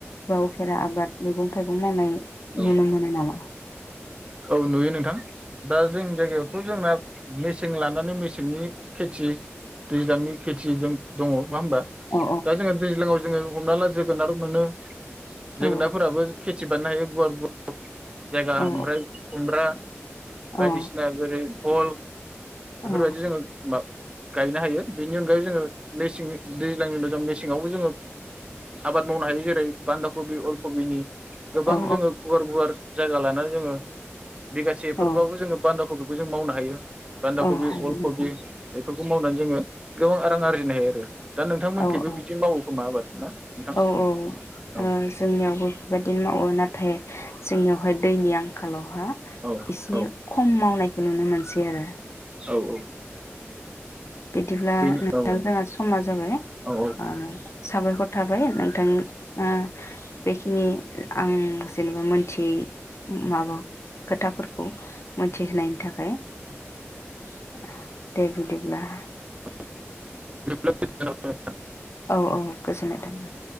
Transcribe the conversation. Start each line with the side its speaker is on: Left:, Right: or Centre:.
Left: बावफेरा आबाद मैगं थाइगं मावनाय नुनो
Right: औ
Left: मोनो नामा?
Right: औ नुयो नोंथां दा जोंनि जायगायावथ जोंना मेसें लानानै मेसेंनि खेथि दैज्लांनि खेथिजों दङ नङा होमबा
Left: अ
Right: दा जोङो दैज्लाङाव जोङो हमना ला जोगोनार मोनो
Left: अ
Right: जोगोनारफोराबो
Left: औ
Right: खे बानायो गुवार गुवार जायगा
Left: औ
Right: ओमफ्राय खुमब्रा बायदिसिना
Left: औ
Right: जोरै बहल बेफोरबायदि
Left: औ
Right: जोङो मा गायनो हायो बेनि अनगायै जोङो मेसें दैज्लांनि उनाव जों मेसेङावबो जोङो आबाद मावनो हायो जेरै बान्दा कबि अलकबिनि गोबां
Left: औ
Right: जोङो गुवार गुवार जायगा लानानै जोङो बिगासेफोरबाबो
Left: औ
Right: जोङो बान्दा कबि बो जों मावनो हायो बान्दाकबि
Left: औ हायो
Right: अलखबि बेफोरखौ मावनानै जोङो गोबां आरां आरजिनो हायो आरो दा नोंथांमोनखैबो
Left: औ औ
Right: बिदि मावो खोमा आबाद ना नोंथां
Left: औ औ
Right: औ
Left: ओ जोंनियावबो बेबायदिनो मावो नाथाय जोंनियावहाय दैनि आंखालावहा
Right: औ
Left: एसे
Right: औ
Left: खम मावनाय नुनो मोनसै आरो
Right: औ औ
Left: बिदिब्ला <unintelligible>
Right: बेनि औ
Left: दा जोंहा समा जाबाय
Right: औ औ
Left: ओ साबायखर थाबाय नोंथां ओ बेखिनि आं जेनेबा मोनथियै माबा खोथाफोरखौ मोनथिहोनायनि थाखाय <inaudible> <unintelligible> दे बिदिब्ला ।
Right: <inaudible> <inaudible>
Left: औ औ गोजोननाय थायो ।